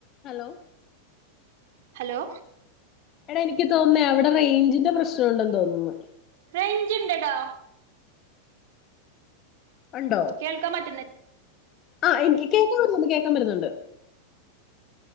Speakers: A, on the left (about 35°); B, on the right (about 55°).
A: hello
B: hello
A: എടാ എനിക്ക് തോന്നുന്നേ അവിടെ റേഞ്ചിന്റെ പ്രശ്നം ഉണ്ടെന്ന് തോന്നുന്നു
B: റെയ്ഞ്ച് ണ്ടെഡാ
A: ഉണ്ടോ
B: കേൾക്കാ പറ്റുന്ന
A: ആ എനിക്ക് കേക്കാ പറ്റുന്നുണ്ട് കേക്കാൻ പറ്റുന്നുണ്ട്